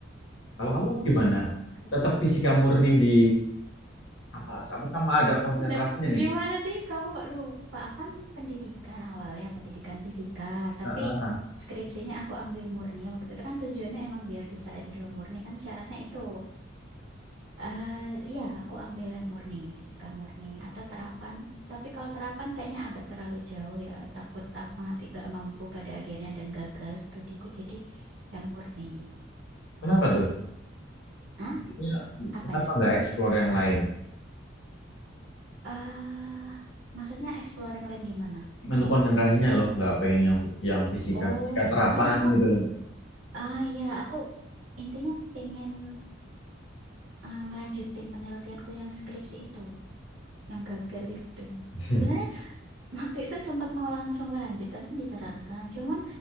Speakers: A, on the left; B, on the right.
A: Kalau
B: Oh,
A: kamu gimana?
B: oke.
A: Tetap fisika murni di apa? Sama sama ada konsentrasinya
B: Lah,
A: nih.
B: gimana sih kamu kok lupa? Aku Kan pendidikan awalnya, pendidikan fisika. Tapi
A: Heeh.
B: skripsinya aku ambil murni. Waktu itu kan tujuannya emang biar bisa S2 murni kan syaratnya itu. Eh, Iya, aku ambil yang murni, fisika murni atau terapan. Tapi kalau terapan kayaknya agak terlalu jauh ya. Takut aku nanti nggak mampu pada akhirnya dan gagal studiku. Jadi yang murni.
A: Kenapa tuh?
B: Ah,
A: Maksudnya,
B: apanya?
A: Kenapa nggak explore yang lain?
B: Ah, maksudnya explore yang lain gimana?
A: untuk konsentrasinya loh nggak pengen yang yang fisika
B: Oh,
A: fisika terapan
B: karena aku,
A: gitu loh
B: ah ya, aku intinya pengen eh, ngelanjutin penelitianku yang skripsi itu, yang gagal itu.
A: <laughs>
B: Sebenarnya Waktu itu sempat mau langsung lanjut karena kan disarankan. Cuman